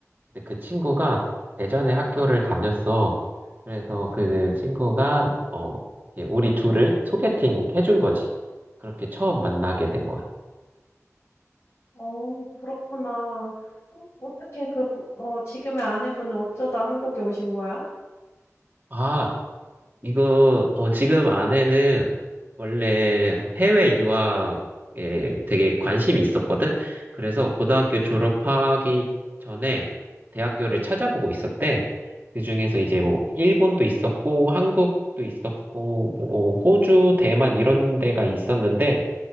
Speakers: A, on the right (about 35°); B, on the left (about 50°).
A: 근데 그 친구가 대전에 학교를 다녔어. 그래서 그 친구가 어 이렇게 우리 둘을 소개팅 해준 거지. 그렇게 처음 만나게 된 거야.
B: 어 그렇구나. 어 어떻게 그 부 어 지금의 아내분은 어쩌다 한국에 오신 거야?
A: 아, 이거, 어, 지금 아내는 원래 해외 유학에 되게 관심이 있었거든? 그래서 고등학교 졸업하기 전에 대학교를 찾아보고 있었대. 그중에서 이제 뭐, 일본도 있었고, 한국도 있었고, 뭐, 호주, 대만 이런 데가 있었는데,